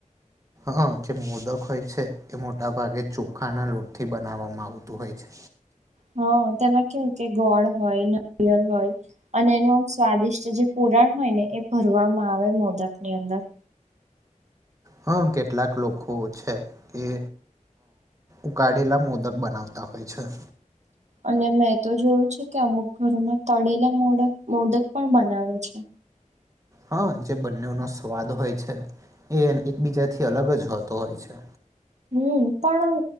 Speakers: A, on the right; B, on the right.
A: હ જે મોદક હોય છે એ મોટાભાગે ચોખાના લોટથી બનાવવામાં આવતું હોય છે.
B: હા તેમાં કેવું કે ગોળ હોય નરિયલ હોય. અને એનું આમ સ્વાદિષ્ટ જે પુરાણ હોય ને એ ભરવામાં આવે મોદક ની અંદર.
A: હા કેટલાક લોકો છે એ. ઉકાળેલા મોદક બનાવતા હોય છે.
B: અને મેં તો જોયું છે કે અમુક ઘરોમાં તળેલા મોડક મોદક પણ બનાવે છે.
A: હા જે બંનેનો સ્વાદ હોય છે એ એકબીજાથી અલગ જ હોતો હોય છે.
B: હમ પણ